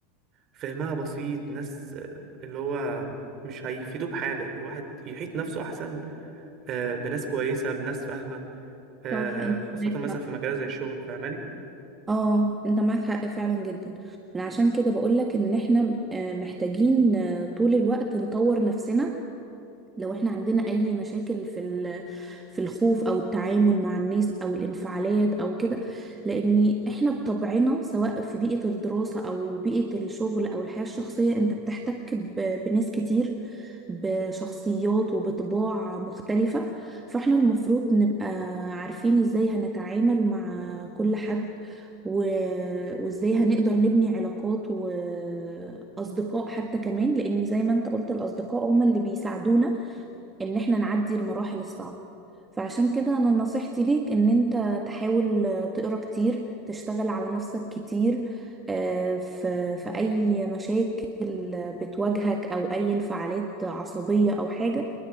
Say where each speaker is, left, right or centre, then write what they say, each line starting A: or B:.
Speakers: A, on the right; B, on the right.
A: فهمها بسيط ناس آه، اللي هو مش هيفيدوه بحاجة الواحد يحيط نفسه أحسن آه، بناس كويسة بناس فاهمة آه،
B: صح انت
A: خاصة
B: معاك
A: مثلا
B: حق
A: في مجال زي الشغل فاهماني
B: اه انت معاك حق فعلا جدا انا عشان كده بقولك ان احنا آه، محتاجين آه، طول الوقت نطور نفسنا لو احنا عندنا اي مشاكل في ال- في الخوف او التعامل مع الناس او الانفعالات او كده لان احنا بطبعنا سواء في بيئة الدراسة او بيئة الشغل او الحياة الشخصية انت بتحتك ب- بناس كتير بشخصيات وبطباع مختلفة فاحنا المفروض نبقى عارفين ازاي هنتعامل مع كل حد و... وازاي هنقدر نبني علاقات واصدقاء حتى كمان لان زي ما انت قلت الاصدقاء هم اللي بيساعدونا ان احنا نعدي المراحل الصعبة فعشان كده انا نصيحتي ليك ان انت تحاول تقرا كتير تشتغل على نفسك كتير آه، في في اي مشاكل بتواجهك او اي انفعالات عصبية او حاجة